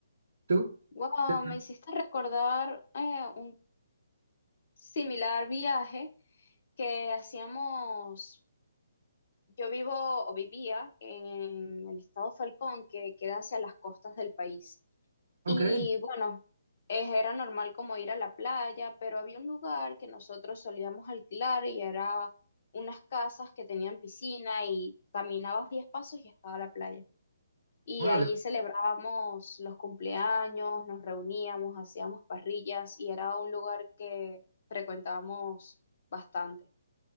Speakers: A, on the right; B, on the left.
A: ¿Tú?
B: Wow,
A: ¿Qué tal?
B: me hiciste recordar eh, un similar viaje que hacíamos, yo vivo o vivía en el estado Falcón, que queda hacia las costas del país.
A: Ok,
B: Y bueno, es- era normal como ir a la playa, pero había un lugar que nosotros solíamos alquilar y era unas casas que tenían piscina y caminabas 10 pasos y estaba la playa. Y
A: órale.
B: allí celebrábamos los cumpleaños, nos reuníamos, hacíamos parrillas y era un lugar que frecuentábamos bastante.